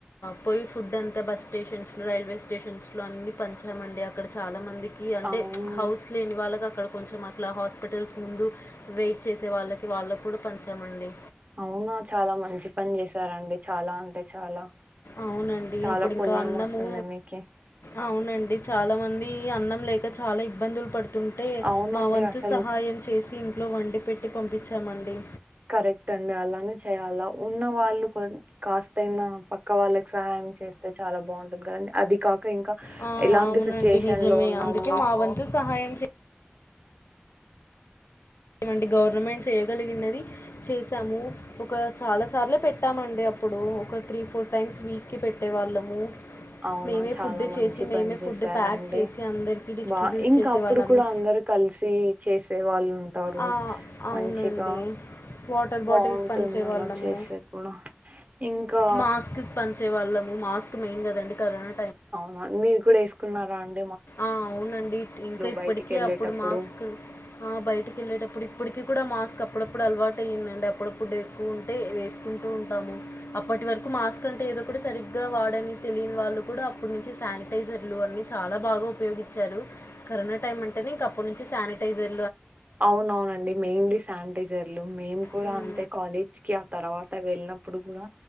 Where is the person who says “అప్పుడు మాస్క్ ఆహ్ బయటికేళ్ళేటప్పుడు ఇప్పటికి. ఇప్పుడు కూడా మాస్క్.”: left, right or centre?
Left